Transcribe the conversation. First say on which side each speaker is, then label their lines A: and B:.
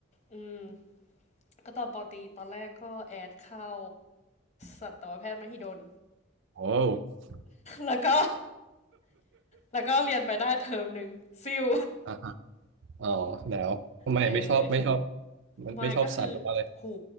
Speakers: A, on the left (about 35°); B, on the right (about 60°).
A: อืมก็ตอนปอตรีตอนแรกก็แอดเข้าสัตวแพทย์มหิดล
B: โอ้
A: แล้วก็แล้วก็เรียนไปได้เทอมหนึ่งซิว
B: อ่ะอะอ๋อแล้วทำไมไม่ชอบไม่ชอบ
A: เออ
B: มันไม่ชอบสัตว์หรือว่าอะไร
A: ไมาก็คือ หู